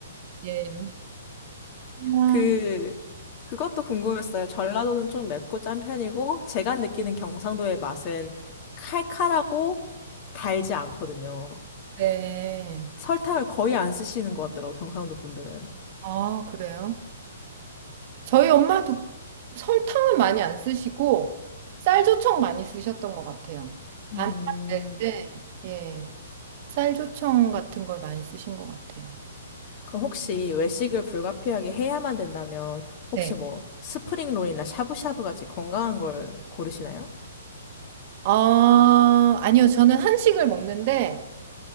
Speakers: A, on the right; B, on the left.
A: 예. 아,
B: 그 그것도 궁금했어요. 전라도는 좀 맵고 짠 편이고 제가 느끼는 경상도의 맛은 칼칼하고 달지 않거든요.
A: 네.
B: 설탕을 거의 안 쓰시는 것 같더라고, 경상도 분들은.
A: 아, 그래요? 저희 엄마도 설탕은 많이 안 쓰시고 쌀조청 많이 쓰셨던 것 같아요. 반찬
B: 음,
A: 낼 때, 예. 쌀조청 같은 걸 많이 쓰신 것 같아요.
B: 그럼 혹시 외식을 불가피하게 해야만 된다면, 혹시
A: 네.
B: 뭐, 스프링롤이나 샤브샤브 같이 건강한 걸 고르시나요?
A: 아, 아니요. 저는 한식을 먹는데